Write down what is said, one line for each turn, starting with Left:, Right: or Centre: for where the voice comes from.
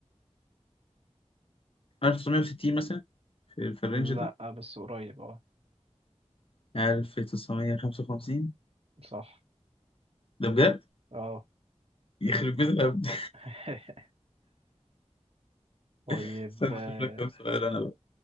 Left: 1960 مثلا في, في الرينج ده
Right: لا بس قريب اه
Left: 1955
Right: صح
Left: ده بجد
Right: اه
Left: يخرب بيت الهبد
Right: <laughs> طيب
Left: <laughs> استنى
Right: آه،
Left: اشوف لك كام سؤال انا بقى